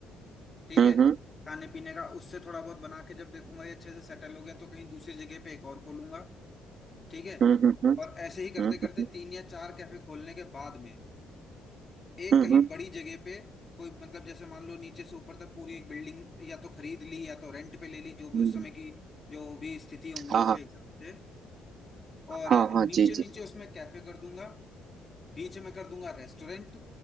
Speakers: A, on the left (about 20°); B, on the right (about 50°).
A: ठीक
B: हम्म
A: है
B: हम्म
A: खाने पीने का उससे थोड़ा बहुत बना के जब देखूंगा ये अच्छे से सेटल हो गया तो कहीं दूसरी जगह पे एक और खोलूंगा ठीक है
B: हम्म हम्म
A: और ऐसे ही करते
B: हम्म
A: करते
B: हम्म
A: तीन या चार कैफे खोलने के बाद में एक
B: हम्म
A: कहीं
B: हम्म
A: बड़ी जगह पे कोई मतलब जैसे मान लो नीचे से ऊपर तक पूरी एक बिल्डिंग या तो खरीद ली या तो रेंट पे ले ली जो भी
B: हम्म,
A: उस समय की जो भी स्थिति होंगी
B: हाँ
A: उसके
B: हाँ
A: हिसाब से और
B: हाँ
A: नीचे
B: हाँ जी
A: नीचे
B: जी
A: उसमें कैफे कर दूंगा बीच में कर दूंगा रेस्टोरेंट